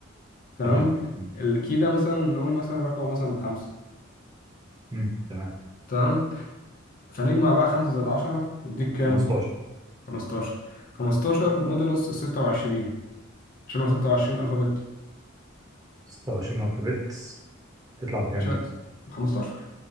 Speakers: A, on the left; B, on the right.
A: تمام
B: تمام امم
A: الكي ده مثلا نقول مثلا رقم مثلا بخمسة
B: أمم، تمام
A: تمام فنجمع بقى خمسة زائد عشرة يديك كام؟
B: 15
A: خمستاشر خمستاشر مودولوس ستة وعشرين عشان هو ستة وعشرين ألفابت
B: 26 الفابت تطلع بكام
A: مش
B: دي
A: خمستاشر